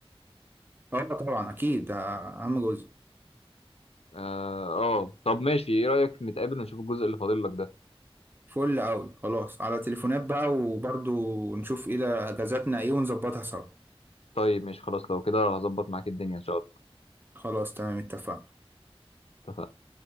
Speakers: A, on the right (about 20°); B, on the left (about 80°).
A: اه طبعا أكيد ده أهم جزء
B: اه آه. طب ماشي ايه رأيك نتقابل ونشوف الجزء اللي فاضل لك ده
A: فل أوي خلاص على تليفونات بقى وبرضو نشوف ايه ده أجازاتنا ايه ونظبطها سوا
B: طيب ماشي خلاص لو كده هظبط معاك الدنيا ان شاء الله
A: خلاص تمام اتفقنا
B: اتفقنا.